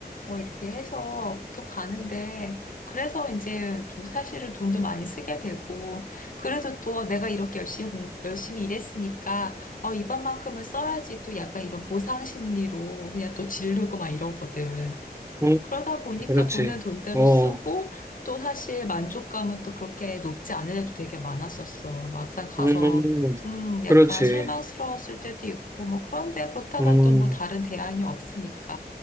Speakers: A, on the left; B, on the right.
A: 뭐 이렇게 해서 보통 가는데 그래서 이제 또 사실은 돈도 많이 쓰게 되고 그래도 또 내가 이렇게 열심히 공- 열심히 일했으니까 어 이번만큼은 써야지 또 약간 이런 보상 심리로 그냥 또 지르고 막 이러거든.
B: 음,
A: 그러다 보니까
B: 그렇지.
A: 돈은 돈대로
B: 어,
A: 쓰고 또 사실 만족감은 또 그렇게 높지 않은 애도 되게 많았었어. 막상 가서
B: 음,
A: 음 약간
B: 그렇지.
A: 실망스러웠을 때도 있고 뭐 그런데 그렇다고
B: 음,
A: 또 뭐 다른 대안이 없으니까